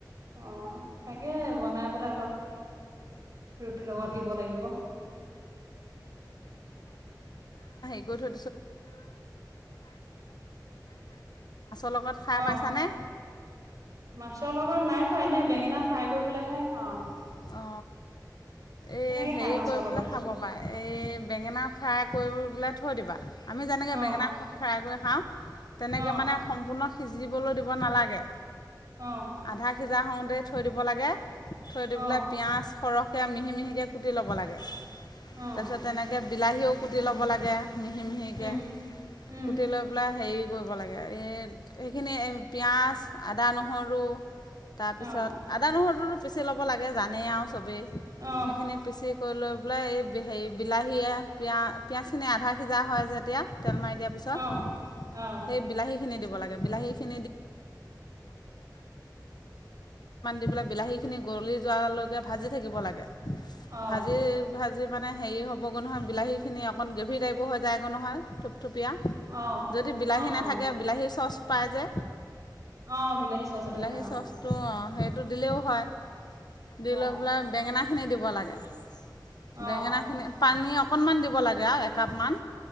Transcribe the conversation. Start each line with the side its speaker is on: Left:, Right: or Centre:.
Right: অ', তাকে বনাই পেলাই অলপ ৰুটিৰ লগত
Left: অঁ
Right: দিব লাগিব।
Left: <unintelligible> ভাতৰ লগত
Right: অ
Left: খাই পাইছানে।
Right: মাছৰ লগত নাই খোৱা এনে বেঙেনা ফাই কৰি পেলাইহে খাওঁ
Left: অ, এই
Right: তেনেকে
Left: হেৰি
Right: খাই মাছৰ
Left: কৰিবলৈ
Right: লগত।
Left: খাব পাৰে এই বেঙেনা ফ্ৰাই। কৰি পেলাই থৈ দিবা আমি যেনেকৈ
Right: অ
Left: বেঙেনা ফ্ৰাই কৰি হাহ। তেনেকে
Right: অ
Left: মানে সম্পূৰ্ণ সিজিবলৈ দিব নালাগে
Right: অ
Left: আধা সিজা হওঁতেই থৈ দিব লাগে থৈ দি
Right: অ
Left: পেলাই পিাঁয়াজ সৰহকৈ মিহি মিহিকে কুটি ল'ব লাগে
Right: অ
Left: তাৰপিছত তেনেকে বিলাহীও কুটি ল'ব লাগে মিহি মিহিকৈ
Right: উম উম
Left: কুটি লৈ পেলাই হেৰি কৰিব লাগে এই সেইখিনি পিঁয়াজ আদা নহৰু তাৰপিছত
Right: অ
Left: আদা নহৰুটো পিচি ল'ব লাগে। জানে আৰু চবেই
Right: অ
Left: সেইখিনি পিচি কৰি লোৱা বোলে এই হেৰি বিলাহীয়ে পি পিয়াজখিনি আধা সিজা হয় যেতিয়া। তেল মাৰি দিয়াৰ পিছত
Right: অ অ অ
Left: সেই বিলাহীখিনি ম ম ম ম হয় যোৱালৈকে ভাজি থাকিব লাগে।
Right: অ
Left: ভাজি - ভাজি মানে হেৰি হ'বগৈ নহয় বিলাহীখিনি অকণ গ্ৰেভি টাইপৰ হৈ যায়গৈ নহয়। থুপীয়া
Right: অ
Left: যদি বিলাহী
Right: অ
Left: নাথাকে
Right: অ
Left: বিলাহীৰ চচ পাই যে
Right: অ বিলাহী চচতে
Left: বিলাহী
Right: পায়
Left: চচটো
Right: অ
Left: অঁ সেইটো দিলেও হয়। দি
Right: অ
Left: লৈ পেলাই বেঙেনা খিনি দিব লাগে।
Right: অ
Left: বেঙেনা খিনি পানী অকণমান দিব লাগে আৰু একাপমান